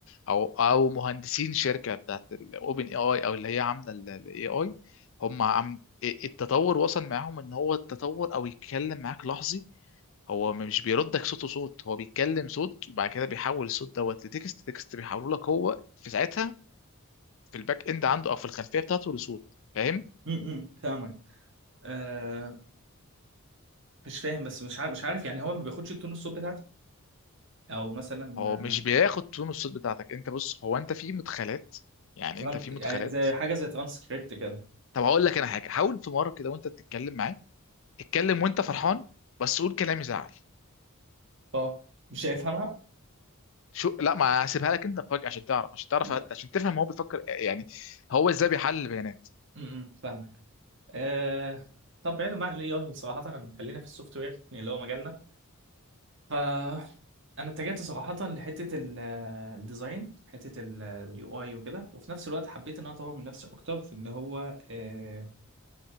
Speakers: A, on the left; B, on the right.
A: او او مهندسين شركه بتاعت الاوبن اي اي او اللي هي عامله الاي اي هم عم التطور وصل معاهم ان هو التطور او يتكلم معاك لحظي هو مش بيردك صوت وصوت هو بيتكلم صوت وبعد كده بيحول الصوت دوت لتكست تكست بيحوله لك هو في ساعتها في الباك اند عنده او في الخلفيه بتاعته لصوت فاهم
B: امم فاهمك آه مش فاهم بس مش عارف مش عارف يعني هو ما بياخدش التون الصوت بتاعتي او مثلا
A: هو
B: آه،
A: مش بياخد تون الصوت بتاعتك انت بص هو انت في مدخلات يعني
B: تران-
A: انت في
B: يعني
A: مدخلات
B: زي حاجه زي ترانسكريبت كده
A: طب هقول لك انا حاجه حاول في مره كده وانت بتتكلم معاه اتكلم وانت فرحان بس قول كلام يزعل
B: اه مش هيفهمها
A: شو لا ما هسيبها لك انت فجأة عشان تعرف عشان تعرف
B: لا
A: عشان تفهم هو بيفكر يعني هو ازاي بيحلل البيانات
B: امم فاهمك آه طب بعيدا عن الاي اي صراحه أنا- خلينا في السوفت وير يعني اللي هو مجالنا ف انا اتجهت صراحه لحته ال- الديزاين حته اليو اي وكده وفي نفس الوقت حبيت ان انا اطور من نفسي اكتر في ان هو آه،